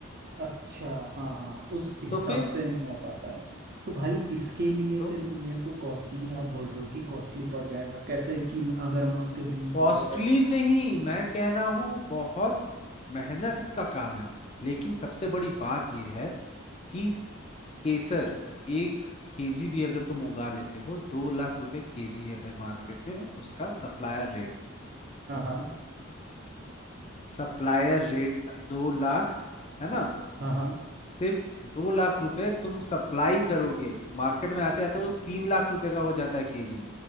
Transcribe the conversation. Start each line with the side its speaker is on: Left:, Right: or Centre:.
Right: अच्छा हाँ हाँ उस हिसाब
Left: तो फिर
Right: से नहीं हो पाता है तो भाई इसके लिए
Left: तो
Right: फिर मेरे को कॉस्टली आप बोल रहे हो कि कॉस्टली पड़ जाएगा कैसे कि म- अगर मैं उसके बीज
Left: कॉस्टली
Right: वगैरह
Left: नहीं मैं कह रहा हूँ बहुत मेहनत का काम है लेकिन सबसे बड़ी बात यह है कि केसर एक केजी भी अगर तुम उगा लेते हो दो लाख रुपए केजी है भाई मार्केट में उसका सप्लायर रेट
Right: हाँ हाँ
Left: सप्लायर रेट दो लाख है ना
Right: हाँ हाँ
Left: सिर्फ दो लाख रुपए तुम सप्लाई करोगे मार्केट में आते आते वो तीन लाख रुपए का हो जाता है केजी